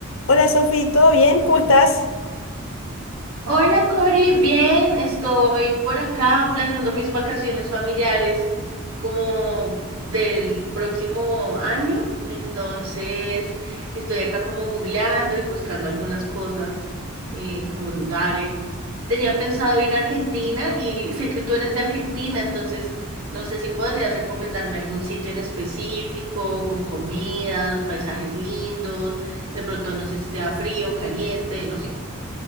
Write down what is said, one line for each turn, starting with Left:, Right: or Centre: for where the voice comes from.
Left: Hola Sofi, ¿todo bien? ¿Cómo estás?
Right: Hola Cori, bien, estoy por acá planeando mis vacaciones familiares como del próximo año, entonces estoy acá como googleando y buscando algunas cosas eh, como lugares. Tenía pensado ir a Argentina y sé que tú eres de Argentina, entonces no sé si podrías recomendarme algún sitio en específico, con comidas, paisajes lindos, de pronto no sé si sea frío, caliente, no sé.